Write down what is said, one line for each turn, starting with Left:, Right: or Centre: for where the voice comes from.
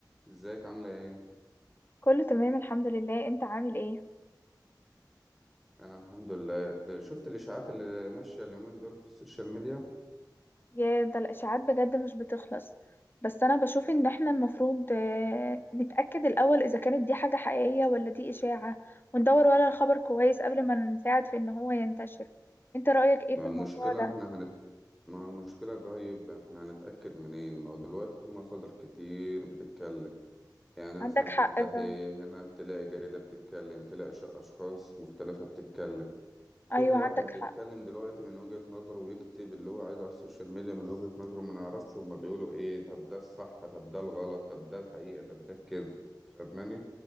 Centre: ازيك عاملة ايه؟
Left: كله تمام الحمد لله انت عامل ايه
Centre: انا الحمد لله ده- شفت الاشاعات اللي ماشية اليومين دول في السوشيال ميديا
Left: يا ده الاشاعات بجد مش بتخلص بس انا بشوف ان احنا المفروض آه، نتأكد الاول اذا كانت دي حاجة حقيقية ولا دي اشاعة وندور ورا الخبر كويس قبل ما نساعد في ان هو ينتشر انت رأيك ايه
Centre: ما
Left: في
Centre: هو المشكلة
Left: الموضوع ده
Centre: احنا هنت... ما هو المشكلة طيب احنا هنتأكد منين؟ ما هو دلوقتي في مصادر كتير بتتكلم يعني
Left: عندك
Centre: مثلا
Left: حق
Centre: تفتحي
Left: فعلا
Centre: هنا تلاقي جريدة بتتكلم تلاقي ش- اشخاص مختلفة بتتكلم كل
Left: ايوه
Centre: واحد
Left: عندك حق
Centre: بيتكلم دلوقتي من وجهة نظره ويكتب اللي هو عايزه على السوشيال ميديا من وجهة نظره ما نعرفش هما بيقولوا ايه طب ده الصح طب ده الغلط طب ده الحقيقة طب ده الكذب فاهماني؟